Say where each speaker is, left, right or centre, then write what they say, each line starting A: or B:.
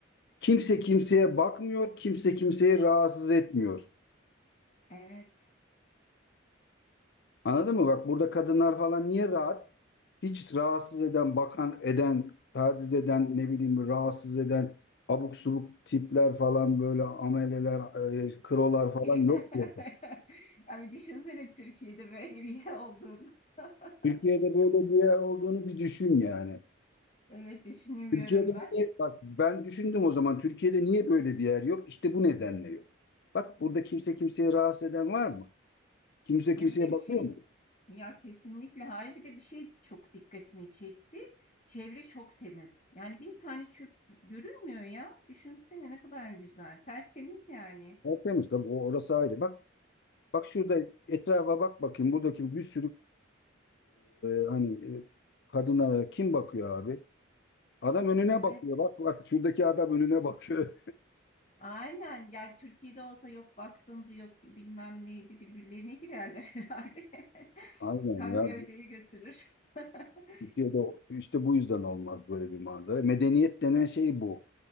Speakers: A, on the left; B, on the left.
A: Kimse kimseye bakmıyor, kimse kimseyi rahatsız etmiyor.
B: Evet.
A: Anladın mı? Bak burada kadınlar falan niye rahat? Hiç rahatsız eden, bakan eden, taciz eden, ne bileyim rahatsız eden abuk subuk tipler falan böyle ameleler, e, krolar falan
B: <laughs>
A: yok diye.
B: Yani düşünsene Türkiye'de böyle bir yer olduğunu. <laughs>
A: Türkiye'de böyle bir yer olduğunu bir düşün yani.
B: Evet düşünemiyorum
A: Türkiye'de
B: ben.
A: niye, bak ben düşündüm o zaman Türkiye'de niye böyle bir yer yok? İşte bu nedenle yok. Bak burada kimse kimseye rahatsız eden var mı? Kimse
B: Ya
A: kimseye
B: bir de
A: bakıyor
B: bir şey
A: mu?
B: ya kesinlikle hayır bir de bir şey çok dikkatimi çekti. Çevre çok temiz. Yani bir tane çöp görünmüyor ya. Düşünsene ne kadar güzel. Tertemiz yani.
A: Tertemiz tabii o- orası ayrı. Bak Bak şurada etrafa bak bakayım. Buradaki bir sürü e, hani e, kadınlara kim bakıyor abi? Adam önüne
B: Evet.
A: bakıyor. Bak bak şuradaki adam önüne bakıyor.
B: Aynen. Ya Türkiye'de olsa yok baktındı yok bilmem neydi birbirlerine girerler <laughs> herhalde.
A: <laughs> Aynen
B: Kan
A: ya.
B: gövdeyi götürür. <laughs>
A: Türkiye'de işte bu yüzden olmaz böyle bir manzara. Medeniyet denen şey bu.